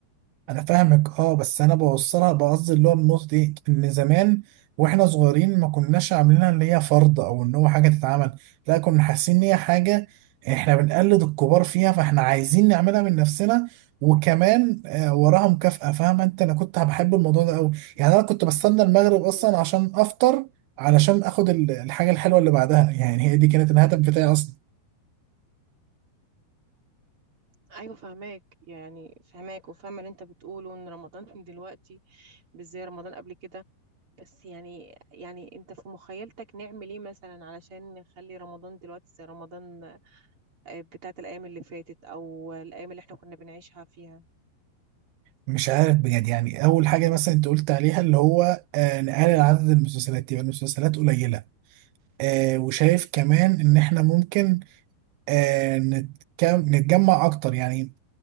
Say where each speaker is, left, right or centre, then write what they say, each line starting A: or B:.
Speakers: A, on the right (about 80°); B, on the right (about 30°).
A: انا فاهمك اه بس انا بوصلها بقصد اللي هو النقطه دي ان زمان واحنا صغيرين ما كناش عاملينها اللي هي فرض او ان هو حاجه تتعمل لا كنا حاسين ان هي حاجه احنا بنقلد الكبار فيها فاحنا عايزين نعملها من نفسنا وكمان آه، وراها مكافأة فاهم انت انا كنت بحب الموضوع ده قوي يعني انا كنت بستنى المغرب اصلا
B: ايوه ايوه
A: عشان افطر علشان اخد ال- الحاجه الحلوه اللي بعدها يعني هي دي كانت الهدف بتاعي اصلا
B: ايوه فهماك يعني فهماك وفاهمه اللي انت بتقوله ان رمضان <laughs> من دلوقتي مش زي رمضان قبل كده بس يعني يعني انت في مخيلتك نعمل ايه مثلا علشان نخلي رمضان دلوقتي زي رمضان آه، بتاعت الايام اللي فاتت او الايام اللي احنا كنا بنعيشها فيها
A: مش عارف بجد يعني اول حاجه مثلا انت قلت عليها اللي هو آه نقلل عدد المسلسلات يبقى المسلسلات قليله آه وشايف كمان ان احنا ممكن آه نتكم- نتجمع اكتر يعني